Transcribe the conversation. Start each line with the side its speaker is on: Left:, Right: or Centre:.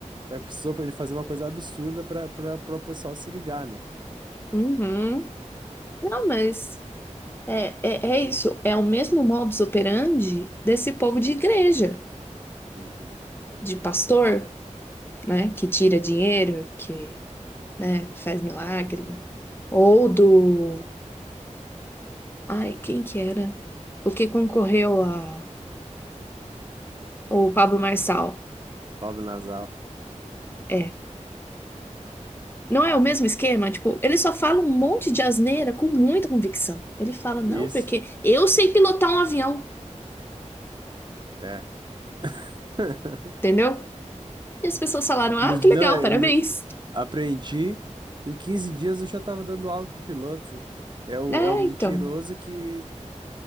Right: Só que precisou pra ele fazer uma coisa absurda pra, pra, pra o pessoal se ligar, né?
Left: Uhum. Não, mas é, é, é isso. É o mesmo modus operandi desse povo de igreja,
Right: Uhum.
Left: de pastor, né? Que tira dinheiro, que né? Faz milagre. Ou do. Ai, quem que era? O que concorreu a. O Pablo Marçal.
Right: Pobre nasal.
Left: É. Não é o mesmo esquema? Tipo, ele só fala um monte de asneira com muita convicção. Ele fala, não,
Right: Isso.
Left: porque eu sei pilotar um avião,
Right: É. <laughs>
Left: entendeu? E as pessoas falaram, ah,
Right: No-
Left: que legal,
Right: não, é,
Left: parabéns.
Right: no- aprendi. Em 15 dias eu já tava dando aula pro piloto. É o,
Left: É,
Right: é o mentiroso
Left: então.
Right: que,